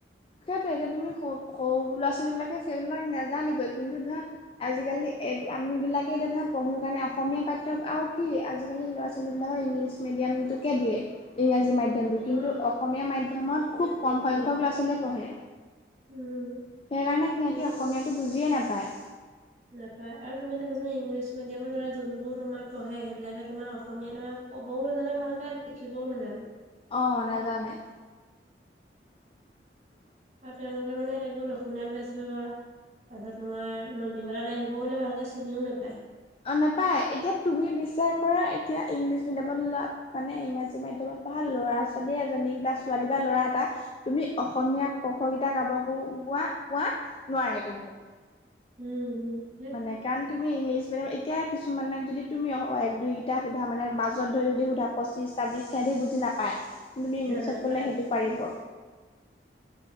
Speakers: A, on the left; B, on the right.
A: সেইটোৱেতো, এতিয়া তুমি সৰু ল'ৰা-ছোৱালী বিলাকে সেইবিলাক নেজানিবই কিন্তু ধৰা আজিকালি এই আমি বিলাকে <unintelligible> পঢ়ো কাৰণে অসমীয়া পাঠ্য, আৰু কি আজিকালি ল'ৰা ছোৱাল ইংলিছ মিডিয়ামটোকে দিয়ে, ইংৰাজী মাধ্য মাধ্যমতো, কিন্তু
B: অ',
A: অসমীয়া মাধ্যমত
B: অসমীয়া
A: খুব কম
B: নিদিয়ে
A: সংখ্যক ল'ৰা-ছোৱালীয়ে পঢ়ে।
B: উম।
A: সেইকাৰণে সিহঁতি
B: ইংৰাজী
A: অসমীয়াতটো বুজিয়ে নাপায়।
B: নাপায় আৰু তুমি চাবাচোন ইংলিছ মিডিয়ামৰ যোনবোৰ তোমাৰ পঢ়ে, সেইবিলাকে তোমাৰ অসমীয়া ধৰা ক'বও নেজানে ভালকে, লিখিবও নেজানে।
A: অ', নাজানে। <inaudible>
B: আৰু তেওঁলোকে মানে, এইবোৰ লক্ষ্মীনাথ বেজবৰুৱা তাৰপিছত তোমাৰ নন্দী <unintelligible> ভালকৈ চিঙিও নাপায়।
A: অ', নাপায়, এতিয়া তুমি বিশ্বাস কৰা এতিয়া ইংলিছ মিডিয়ামত ল'ৰা মানে ইংৰাজী মাধ্যমত পঢ়া ল'ৰা-ছোৱালী এজনীক বা ছোৱালী বা ল'ৰা এটা তুমি অসমীয়া ক, খ কেইটা গাব গোৱা-কোৱা নোৱাৰে কিন্তু।
B: উম, হম।
A: মানে কাৰণ তুমি ইংলিছ মিডিয়াম, এতিয়া কিছুমানক যদি তুমি এক দুই কেইটা সোধা মানে মাজত ধৰি যদি সোধা পঁচিছ, ছাব্বিছ সেহঁতি বুজি নাপায় কিন্তু তুমি ইংলিছত
B: নাপায়
A: ক'লে সেইটো পাৰিব।